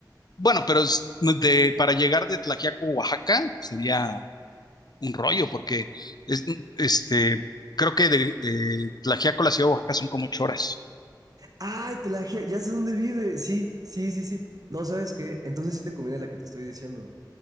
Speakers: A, on the left; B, on the right.
A: bueno, pero es- no, de, para llegar de Tlaxiaco, Oaxaca, sería un rollo, porque es, este, creo que de, de Tlaxiaco a la ciudad de Oaxaca son como ocho horas.
B: Ay, te la je- ya sé dónde vive. Sí, sí, sí, sí. No, ¿sabes qué? Entonces sí te conviene la que te estoy diciendo,